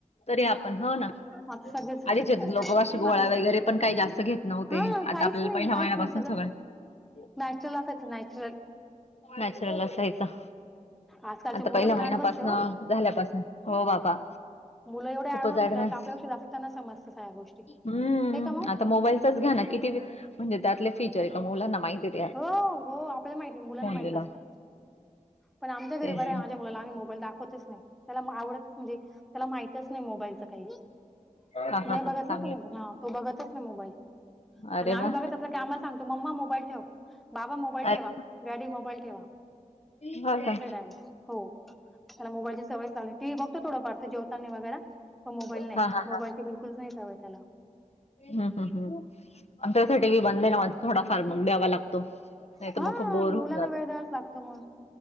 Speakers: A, on the left; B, in the centre.
A: तरी आपण हो ना-
B: आता सगळेच
A: आधिचे लोक आस गोळ्या
B: आता
A: वैगेरे पण काही जास्त घेत नव्हतं.
B: हा
A: ते आता
B: काहीच
A: आपल्याला
B: नाही
A: पहिल्या
B: काहीच
A: महिन्यापासून
B: नाही
A: सगळं-
B: नॅचरल असायचं नॅचरल
A: नॅचरल असायचं-
B: आजकालची
A: आता
B: मुलं
A: पहिल्या
B: पण
A: महिन्यापासन
B: ऍडव्हान्स आहे हो
A: झाल्यापासून हो बाबा
B: मुलं एवढा
A: खूपच
B: एडवन्सतना
A: ऍडव्हान्स
B: आपल्यापेक्षा जास्तना समतं सगळ्या गोष्टी-
A: हम्म
B: हे का मग
A: आता मोबाईलचच घ्या ना
B: असं.
A: किती म्हणजे त्यातले फीचर आहे का मुलांना माहितीत
B: हो हो आपल्याला माहती मुलांना माहित
A: दिला
B: असत- पण आमच्या घरी
A: तेच
B: बर आहे
A: ना
B: माझ्या मुला आम्ही मोबाईल दाखवत नाही त्याला आवडतच- म्हणजे त्याला माहितच नाही मोबाईलचं काही-
A: हा
B: नाही
A: हा हा
B: बघत ना
A: चांगले
B: तू मोबाल हा तू बघतच ना मोबाईल-
A: अरे
B: आणि आम्ही
A: वा
B: बघत असल की आम्हाला सांगतो मम्मा मोबाईल ठेव- बाबा मोबाईल
A: अरे
B: ठेवा, डॅडी मोबाईल ठेवा
A: हो का
B: असे डॅडी हो त्याला मोबाईलची सवय नाही लावली टिव्ही बघतो थोडफार जवताांनी वगैरे- पण मोबाईल नाही
A: हा हा
B: मोबाईल ते बिलकुलच नाही त्याला-
A: हम्म हम् हम् त्यासाठी मी बंद ना मा थोडा फार द्यावा लागतो- नाही
B: हा
A: तर मग खूप बोर
B: मुलांना
A: होवून जात-
B: वेळ द्यावाच लागतो मग